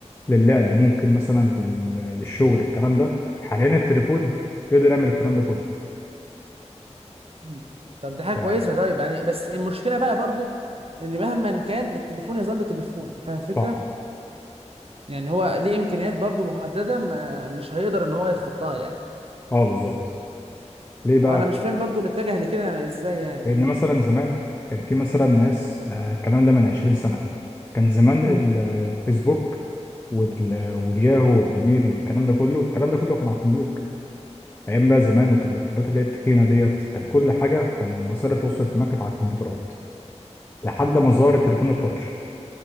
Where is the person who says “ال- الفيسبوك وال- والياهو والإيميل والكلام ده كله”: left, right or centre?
Left